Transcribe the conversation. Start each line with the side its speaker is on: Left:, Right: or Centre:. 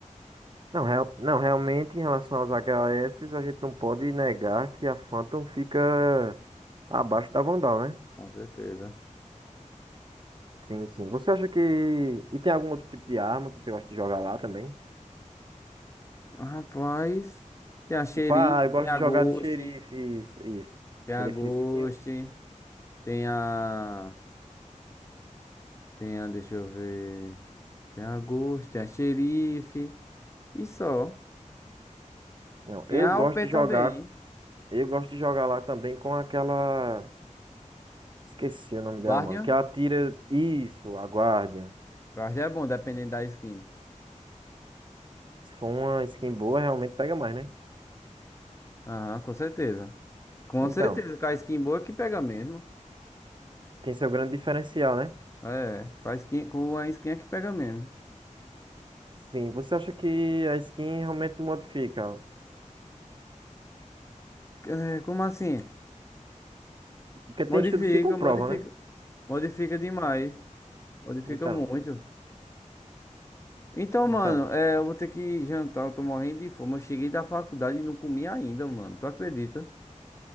Right: Não, real, não, realmente em relação aos H S a gente não pode negar que a Phantom fica abaixo da Vandal, né?
Left: Com certeza.
Right: Sim, sim. Você acha que. E tem algum outro tipo de arma que você gosta de jogar lá também?
Left: Rapaz, tem a Xeri,
Right: Tipo, ah, eu gosto
Left: tem a
Right: de jogar
Left: Ghost,
Right: de xerife, isso, isso.
Left: tem
Right: Xerifezinha.
Left: a Ghost, tem a. Tem a, deixa eu ver. Tem a Ghost, tem a Xerife. E só.
Right: Não,
Left: Tem
Right: eu
Left: a
Right: gosto
Left: OP
Right: de
Left: também,
Right: jogar. Eu gosto de jogar lá também com aquela. Esqueci o nome
Left: Guardian?
Right: dela, mano. Que ela tira. Isso, a guardia.
Left: Guardian é bom, dependendo da skin.
Right: Se for uma skin boa, realmente pega mais, né?
Left: Aham, com certeza. Com
Right: Então,
Left: certeza, com a skin boa que pega mesmo.
Right: tem seu grande diferencial, né?
Left: É, com a skin, com a skin é que pega mesmo.
Right: Sim, você acha que a skin realmente modifica?
Left: É, como assim?
Right: Porque
Left: Modifica,
Right: tem estudos que comprovam,
Left: modifica.
Right: né?
Left: Modifica demais. Modifica
Right: Então,
Left: muito. Então,
Right: então.
Left: mano, é, eu vou ter que jantar, eu tô morrendo de fome. Eu cheguei da faculdade e não comi ainda, mano. Tu acredita?